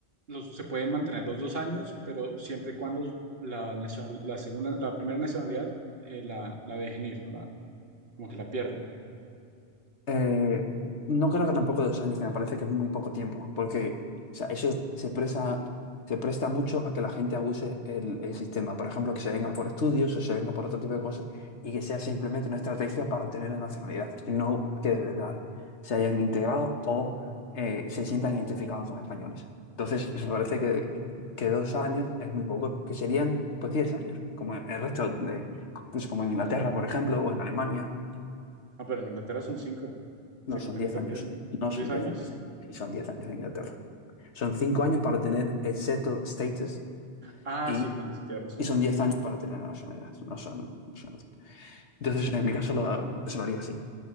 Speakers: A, on the right; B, on the left.
A: los, se pueden mantener los dos años, pero siempre y cuando la, nacion- la, segunda, la primera nacionalidad eh, la, la dejen ir, la- como que la pierdan.
B: Eh, no creo que tampoco dos años, que me parece que es muy poco tiempo, porque o sea, eso se presta, se presta mucho a que la gente abuse el, el sistema. Por ejemplo, que se venga por estudios o se venga por otro tipo de cosas y que sea simplemente una estrategia para obtener la nacionalidad, no que de verdad se hayan integrado o eh, se sientan identificados como españoles. Entonces, me parece que, que dos años es muy poco, que serían pues 10 años, como en el resto de, pues, como en Inglaterra, por ejemplo, o en Alemania.
A: Ah, pero en Inglaterra son cinco, según
B: No son
A: tengo
B: 10
A: entendido.
B: años. No
A: ¿Son
B: son
A: diez
B: 10
A: años?
B: años. Sí, son 10 años en Inglaterra. Son 5 años para tener el settled status
A: Ah,
B: y,
A: sí, no, sí, tienes razón.
B: y son 10 años para tener la nacionalidad. No son, no son- Entonces, en mi caso, lo, se lo haría así.